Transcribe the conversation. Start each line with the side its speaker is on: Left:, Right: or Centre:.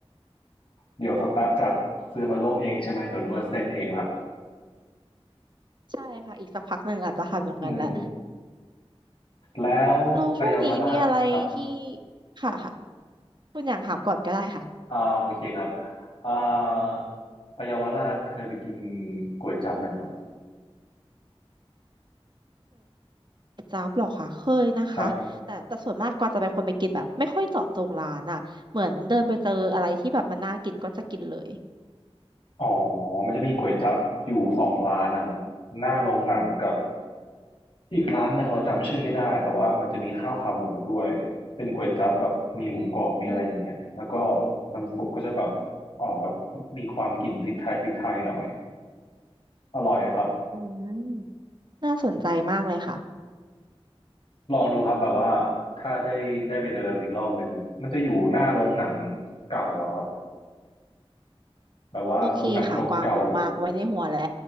Left: เดี๋ยวสักแป๊บจากซื้อมาลวกเองใช่ไหมเดี๋ยวนวดเส้นเองละ
Right: ใช่ค่ะอีกสักพักหนึ่งอาจจะทำอย่างนั้นแหละ
Left: อืมแล้วไปเยาวราชครับ
Right: เราช่วงนี้มีอะไรที่ค่ะค่ะคุณอยากถามก่อนก็ได้ค่ะ
Left: อ่าโอเคครับอ่าไปเยาวราชเคยไปกินก๋วยจั๊บไหมครับ
Right: จ๊าบหรอคะเคยนะคะแต่แต่ส่วนมากกว่าจะเป็นคนไปกินแบบไม่ค่อยเจาะจงร้านอ่ะเหมือนเดินไปเจออะไรที่แบบมันน่ากินก็จะกินเลย
Left: ครับ อ๋อมันจะมีก๋วยจั๊บอยู่สองร้านนะครับหน้าโรงหนังกับอีกร้านหนึ่งเราจำชื่อไม่ได้แต่ว่ามันจะมีข้าวขาหมูด้วยเป็นก๋วยจั๊บแบบมีหมูกรอบมีอะไรอย่างเงี้ยแล้วก็
Right: อืม
Left: น้ำซุปก็จะแบบออกแบบมีความกลิ่นพริกไทยพริกไทยหน่อยอร่อยครับ
Right: อืมน่าสนใจมากเลยค่ะ
Left: ลองดูครับแบบว่าถ้าได้ได้ไปเดินอีกรอบหนึ่งมันจะอยู่หน้าโรงหนังเก่าอะครับแบบว่าโรงหนังเก่า
Right: โอเคค่ะกวางบุกมากไว้ในหัวแล้ว